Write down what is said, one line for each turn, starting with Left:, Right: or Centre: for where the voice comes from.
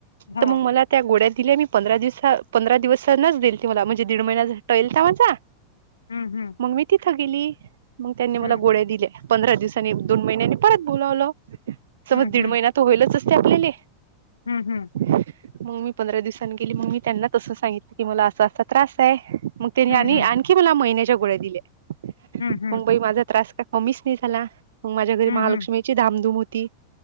Left: हा
Right: तर मग मला. त्या गोड्या दिल्या मी पंधरा दिवसा पंधरा दिवस नच देईल ती मला म्हणजे दीड महिना टळळेल त्या माझा.
Left: हम्म हम्म.
Right: मग मी तिथं गेली मग त्यांनी मला
Left: हम्म
Right: गोळ्या दिले. पंधरा दिवसांनी दोन महिन्यांनी परत बोलावलं स.
Left: हम्म
Right: ते होईलच असते आपल्या.
Left: हम्म हम्.
Right: मग मी पंधरा दिवसांनी गेली मग मी त्यांनाच असं सांगितलं की मला असा असा त्रास आहे. मग
Left: हम्म
Right: त्यानी
Left: हम्म
Right: आणखी मला महिन्याच्या गोळ्या दिल्या
Left: हम्म हम्म
Right: मग बई माझा त्रास का म्मीच नाही झाला मग माझ्या
Left: हम्म
Right: घरी महालक्ष्मीची
Left: हम्म हम्म
Right: धामधूम होती.